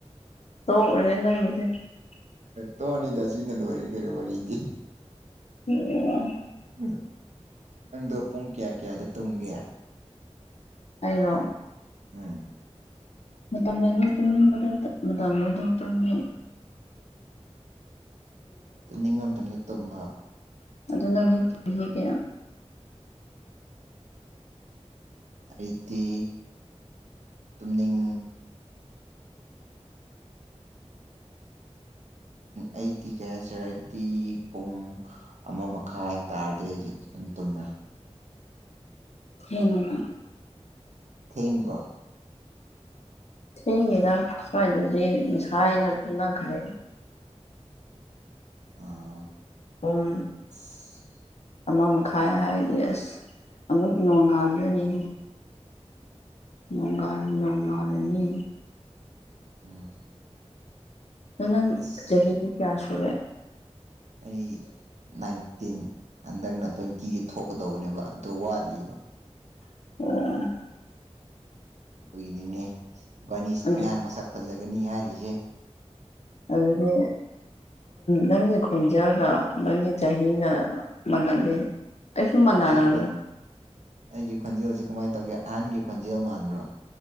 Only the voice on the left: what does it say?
ꯇꯗꯦ
ꯑꯣ
ꯑꯩꯅꯣ
ꯃꯇꯝꯗꯤ ꯇꯨꯝꯅꯤꯡꯕꯗ ꯃꯇꯝꯗ ꯑꯗꯨ ꯇꯨꯝꯃꯤ
ꯑꯗꯨꯅ ꯑꯗꯨ ꯊ ꯀꯌꯥ
ꯍꯦꯡꯅ
ꯁꯤ ꯌꯦꯔ ꯊꯗꯤ ꯃꯁꯥ ꯇꯅꯥ ꯈꯔꯦ
ꯑꯝ
ꯑꯃ ꯃꯈꯥꯏ ꯍꯥꯏꯔꯗꯤ ꯑꯁ ꯑꯃꯨꯛ ꯅꯣꯡꯉꯥꯟꯗꯣꯏꯅꯤ ꯂꯣꯡꯒꯥꯅꯤ ꯂꯣꯡ ꯉꯂꯤꯅꯤ
ꯑꯗꯣ ꯅꯪ
ꯆꯍꯤ ꯀꯌꯥ ꯁꯨꯔꯦ
ꯑꯣ
ꯑꯗꯨ
ꯑꯗꯨꯗꯤ ꯅꯪꯒꯤ ꯈꯣꯟꯖꯦꯜꯒ ꯅꯪꯒꯤ ꯆꯍꯤꯒ ꯃꯥꯟꯅꯗꯦ ꯑꯩꯁꯨ ꯃꯥꯟꯅꯔꯔꯣꯏ